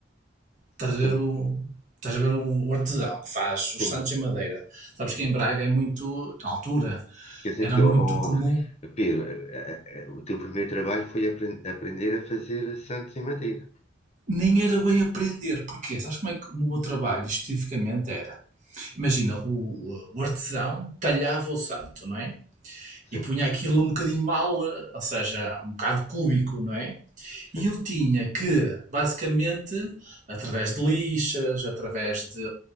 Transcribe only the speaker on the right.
Estás
a ver o. Estás a ver o o artesão que faz
os santos em madeira. Sabes que em Braga é muito, na altura,
era
muito
comum,
nem era bem aprender. Porquê? Sabes como é que o meu trabalho especificamente era? Imagina, o, o artesão talhava o santo, não é?
e punha aquilo um bocadinho mal, eh, ou seja, um bocado cúbico, não é?
E eu tinha que, basicamente, através de lixas, através de